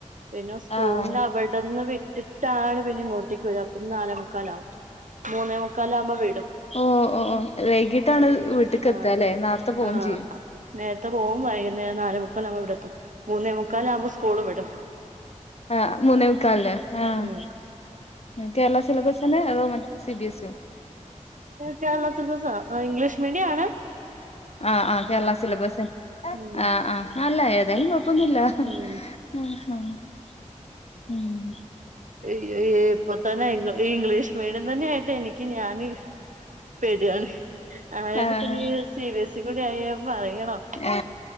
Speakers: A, on the right (about 75°); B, on the left (about 55°).
A: പിന്നെ സ്കൂളിന്
B: ആഹ് ആഹ്
A: അവടെ പെട്ടന്ന് വിട്ടിട്ടാണ് പിന്നെ ഇങ്ങോട്ടേക്ക് വര അപ്പം നാലേമുക്കാലാവും മൂന്നേ മുക്കാൽ ആവുമ്പം വിടും
B: ഓ ഓ ഓഹ് വൈകീട്ടാണ് വീട്ട്ക്ക്
A: ആഹ്
B: എത്താല്ലെ നാർത്തെ പോവും
A: ആഹ്
B: ചെയ്യും
A: നേരത്തെ പോകും വൈകുന്നേരം നാലേ മുക്കാൽ ആവുംമ്പ ഇവിടെത്തും മൂന്നേ മുക്കാൽ ആകുമ്പോ സ്കൂള് വിടും
B: ആ മുന്നേ മുക്കാൽന്ന് ആഹ്
A: ഉം
B: കേരളാ സിലെബസ്ന്നെ അതോ സി ബി എസ്സി ഓ
A: കേരളാ സിലബസാ ഇംഗ്ലീഷ് മീഡിയാണ്
B: ആഹ് ആഹ് കേരളാ സിലബസ്
A: ഉം
B: ആ ആ അല്ല ഏതായാലും കൊഴപ്പൊന്നുല്ല
A: ഉം
B: മ് മ് മ് ഹ്
A: അഹ് അഹ് ഇപ്പൊ തന്നെ ഇ ഇംഗ്ലീഷ് മീഡിയം തന്നെആയിട്ട് എനിക്ക് ഞാന് പെടാണ് ആ എടക്ക്
B: ആഹ്
A: ഇഞ് സി ബി എസ് ഇ കൂടി ആയ പറയണോ
B: ഏ